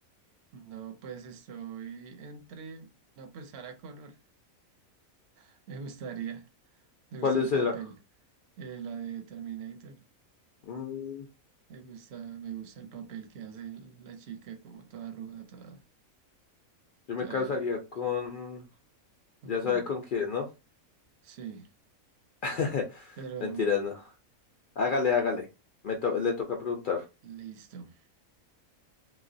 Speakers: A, on the right; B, on the left.
A: No, pues estoy entre. No, pues Sarah Connor. <laughs> Me gustaría. Me gusta
B: ¿Cuál
A: el
B: será?
A: papel. Eh, la de Terminator.
B: Mm,
A: Me gusta, me gusta el papel que hace la chica, como toda ruda, toda,
B: yo
A: toda
B: me casaría con...
A: un
B: Ya
A: cual.
B: sabe con quién, ¿no?
A: Sí,
B: <laughs>
A: pero
B: Mentira, no. Hágale, hágale. Me to- le toca preguntar.
A: listo.